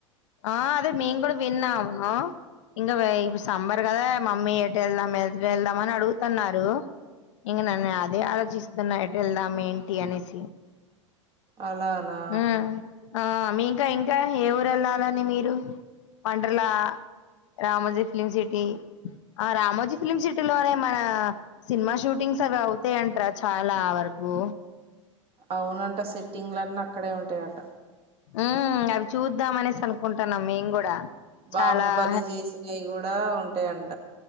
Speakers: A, on the left (about 70°); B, on the right (about 35°).
A: ఆ అదే మేం కూడా విన్నాము ఇంకా <unintelligible> సమ్మర్ కదా మమ్మీ ఎట వెళ్దాం ఎదుట వెళ్దాం అని అడుగుతున్నారు <unintelligible> అదే ఆలోచిస్త ఎట్లేదం ఏంటి అనేసి
B: అలానా
A: ఉమ్ ఆ మీంకా ఇం ఇంకా ఏ ఊరు వెళ్ళాలని మీరు వండర్లా రామజీ ఫిలిం సిటీ ఆ రామోజీ ఫిలిమ్ సిట్లో మన సినిమా షూటింగ్స్ అవి అవుతాయంటార చాలా వరకు
B: అవునంట సెట్టింగ్ ల అన్నీ అక్కడే ఉంటాయిట
A: ఉ అవి చూద్దామ అనేసి అనుకుంటున్నాం మేం కూడా
B: బాహుబలి
A: చాలా
B: చేసినావి కూడా అ ఉంటాయింట